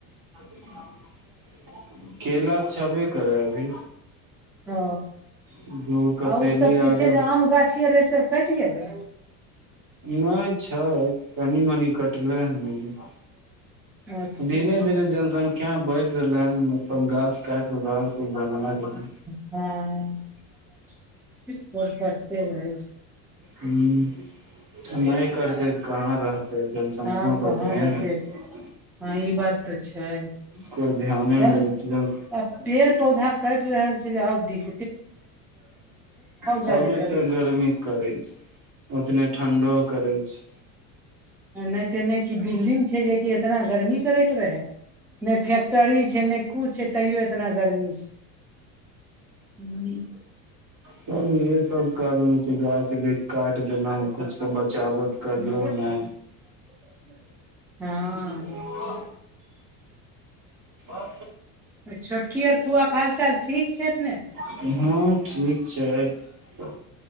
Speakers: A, on the right (about 45°); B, in the centre.
A: <unintelligible> केला छेबे करै अभी
B: ह
A: दूगो कसेली
B: आ ओसभ पीछे
A: आगे
B: जे आम गाछी आर रहै से कैट गेलै
A: नहि छै तनी मनी कट लै है
B: अच्छा
A: धीरे धीरे जनसंख् या बढ़ रहलै हन अपन घास काट केे घर कूल बना रहल
B: हँसते रहै छै <unintelligible>
A: ह नहि करते तऽ कहाँ रहतै त जनसंख्या
B: हँ
A: त
B: कहाँ
A: होत ने
B: रहते हँ ई बात तऽ छै
A: कोइ ध्याने
B: तेने
A: नहि दै छै जब
B: आ पेड़ पौधा कटि रहल छै जे आब दिक
A: तमे
B: जादे करै
A: तऽ
B: छै
A: गर्मी करै छै उतने ठण्ढो करै छै
B: नहि ते नहि कि बिल्डिंग छै जेकि एतना गर्मी करे तै रहै नहि फैक्टरी छै नहि कुछ तैयो एतना गर्मी छै हू
A: च इहे सब कारण हो छै गाछ काटि लेहु कुछ त बचावट करलो
B: छै
A: ने
B: <inaudible> <inaudible> हँ
A: ह आ <unintelligible>
B: छोटकी आर फुआके हालचाल ठीक छै अपने
A: हँ ठीक छै